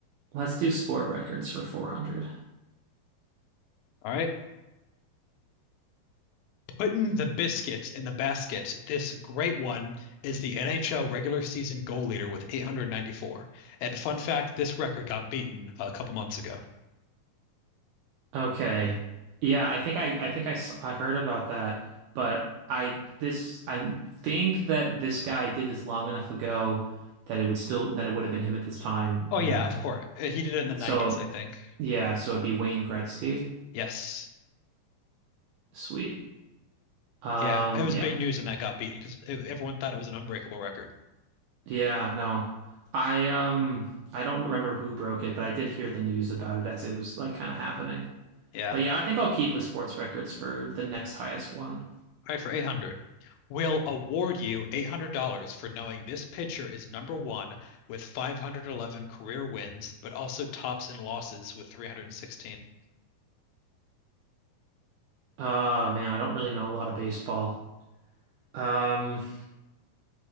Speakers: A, on the right (about 85°); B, on the left (about 85°).
A: Let's do sport records for 400.
B: All right. Putting the biscuit in the basket, this great one is the NHL regular season goal leader with 894. And fun fact, this record got beaten a couple months ago.
A: Okay. Yeah, I think I I think I saw, I heard about that, but I this I think that this guy did this long enough ago that it would still that it would have been him at this time
B: Oh
A: and
B: yeah, of course. Uh, He did it in the
A: so
B: 90s, I think.
A: yeah, so it'd be Wayne Gretzky.
B: Yes.
A: Sweet. Um
B: Yeah, it was
A: yeah.
B: big news when that got beaten because everyone thought it was an unbreakable record.
A: Yeah, no. I um I don't remember who broke it, but I did hear the news about it as it was like kind of happening.
B: Yeah.
A: But yeah, I think I'll keep with sports records for the next highest one.
B: All right, for 800. We'll award you $800 for knowing this pitcher is number one with 511 career wins, but also tops in losses with 316.
A: Uh man, I don't really know a lot of baseball. Um